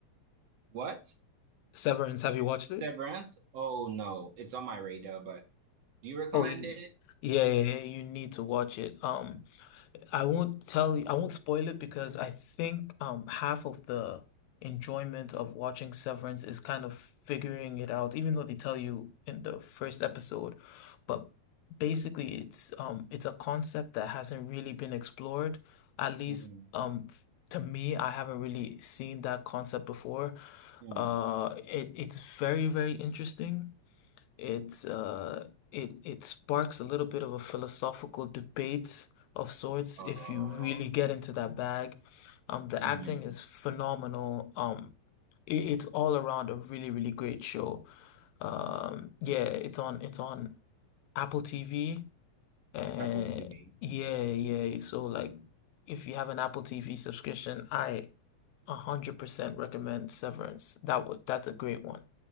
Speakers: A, on the right; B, on the left.
A: What?
B: Severance, have you watched it?
A: Severance? Oh no, it's on my radar, but do you recommend
B: Oh, y-
A: it?
B: yeah, yeah, yeah, you need to watch it. Um I won't tell you, I won't spoil it because I think um half of the enjoyment of watching Severance is kind of figuring it out, even though they tell you in the first episode. But basically it's um it's a concept that hasn't really been explored. At least
A: Mm,
B: um f- to me, I haven't really seen that concept before.
A: mm.
B: Uh it it's very, very interesting. It's uh it it sparks a little bit of a philosophical debate of sorts
A: Oh,
B: if you really get into that bag. Um, the acting
A: mhm.
B: is phenomenal. Um, it, it's all around a really, really great show. Um, yeah, it's on it's on Apple TV. Uh,
A: Apple TV.
B: yeah, yeah. So like, if you have an Apple TV subscription, I 100% recommend Severance. That would that's a great one.